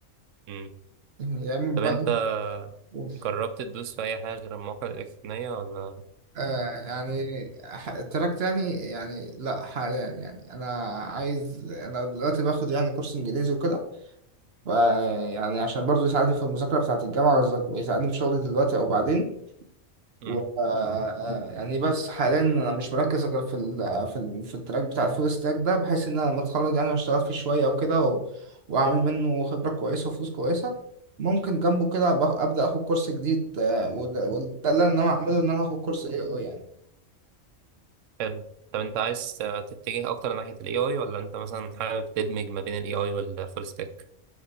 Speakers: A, on the right; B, on the right.
A: يعني
B: <laughs> يعني
A: طب
B: بلاش
A: انت
B: فلوس.
A: جربت تدوس في اي حاجه غير المواقع الالكترونيه ولا
B: آه يعني ح- تراك تاني يعني لا حاليا يعني أنا عايز أنا دلوقتي باخد يعني كورس إنجليزي وكده ف- يعني عشان برضه يساعدني في المذاكرة بتاعة الجامعة ويز- ويساعدني في شغلي دلوقتي أو بعدين
A: امم
B: و <laughs> آه، يعني بس حاليا انا مش مركز غير في ال آه، في ال في التراك بتاع الفول ستاك ده بحيث ان انا لما اتخرج يعني واشتغل فيه شويه وكده و- واعمل منه خبره كويسه وفلوس كويسه ممكن جنبه كده أبقى- ابدا اخد كورس جديد آه، وده وده اللي انا هعمله ان انا اخد كورس اي اي يعني
A: حلو طب انت عايز تتجه اكتر ناحيه الاي اي ولا انت مثلا حابب تدمج ما بين الاي اي والفول ستاك